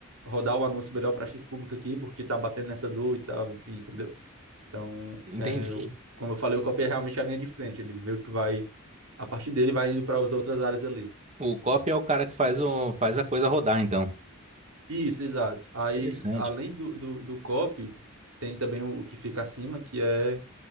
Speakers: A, on the right; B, on the right.
A: rodar o anúncio melhor para X público aqui, porque tá batendo nessa dor e tal, enfim, entendeu? Então,
B: entendi.
A: é, como eu falei, o copy é realmente a linha de frente, ele meio que vai, a partir dele vai indo para as outras áreas ali.
B: O copy é o cara que faz o, faz a coisa rodar, então.
A: Isso, exato. Aí,
B: Interessante.
A: além do, do, do copy, tem também o, o que fica acima, que é